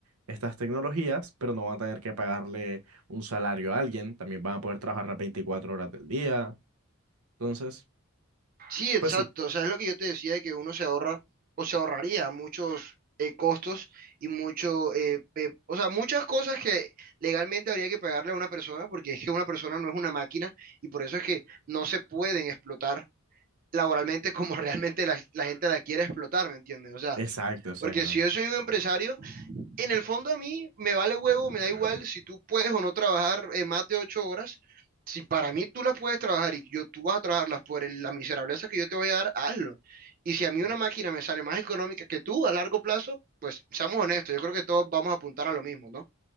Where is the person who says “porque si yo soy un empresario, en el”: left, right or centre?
Right